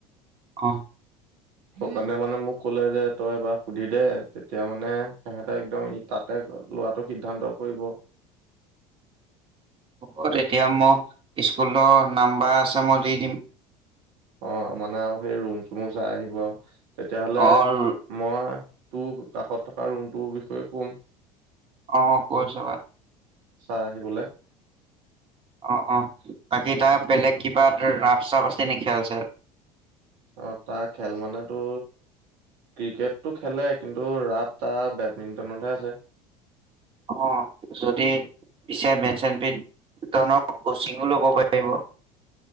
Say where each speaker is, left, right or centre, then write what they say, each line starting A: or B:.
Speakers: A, on the right (about 30°); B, on the right (about 55°).
A: অ',
B: সকে মানে মোক ক'লে যে তই এবাৰ সুধি দে তেতিয়া মানে সিহঁতে একদম ই তাতে লোৱাটো সিদ্ধান্ত কৰিব।
A: ব এতিয়া মক স্কুলৰ নাম্বাৰ আছে মই দি দিম।
B: অ মানে আৰু সেই ৰুম চুমো চাই আহিব আৰু। তেতিয়াহ'লে
A: অ',
B: মই তটো কাষত থকা ৰুমটো বিষয়ে কম।
A: অ কৈয় চাবা।
B: চাই আহিবলৈ।
A: অ অ বাকী তাৰ বেলেগ কিবা এ ৰাপ চাফ আছে নেকি খেল চেল।
B: অ তাৰ খেল মান তো ক্ৰিকেটটো খেলে কিন্তু ৰাপ তাৰ বেডমিণ্টনতহে আছে।
A: অ যদি পিছে বেট চেম্পিন তইনো কোচিঙো ল'ব পাৰিব